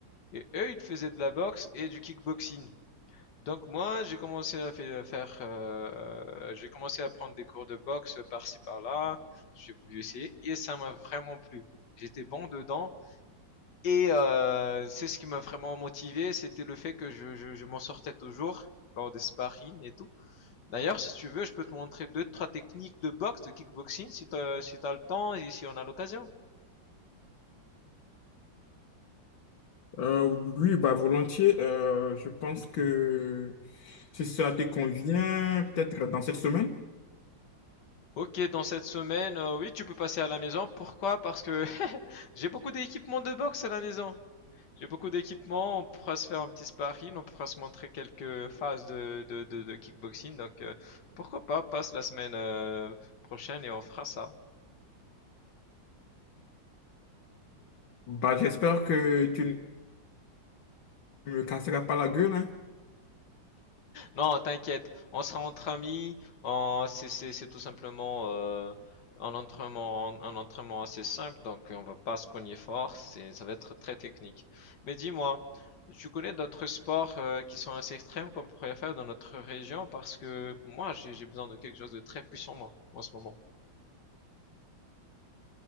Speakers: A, on the left; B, on the left.
A: et eux, ils faisaient de la boxe et du kickboxing. Donc moi, j'ai commencé à fai- faire, euh, j'ai commencé à prendre des cours de boxe par-ci par-là. J'ai voulu essayer et ça m'a vraiment plu. J'étais bon dedans et euh, c'est ce qui m'a vraiment motivé, c'était le fait que je, je, je m'en sortais toujours lors des sparring et tout. D'ailleurs, si tu veux, je peux te montrer deux, trois techniques de boxe, de kickboxing, si t'as, si t'as le temps et si on a l'occasion.
B: Euh, oui, bah volontiers. Euh, je pense que si ça te convient, peut-être dans cette semaine.
A: Ok, dans cette semaine, euh, oui, tu peux passer à la maison. Pourquoi? Parce que <laughs> j'ai beaucoup d'équipements de boxe à la maison. J'ai beaucoup d'équipements. On pourra se faire un petit sparring, on pourra se montrer quelques phases de, de, de, de kickboxing. Donc, euh, pourquoi pas, passe la semaine euh, prochaine et on fera ça.
B: Bah j'espère que tu ne me casseras pas la gueule, hein.
A: Non, t'inquiète, on sera entre amis, on- c'est c'est- c'est tout simplement euh, un entraînement, un, un entraînement assez simple, donc on va pas se cogner fort, c'est, ça va être très technique. Mais dis-moi, tu connais d'autres sports euh, qui sont assez extrêmes qu'on pourrait faire dans notre région parce que moi j'ai j'ai besoin de quelque chose de très puissant moi en ce moment.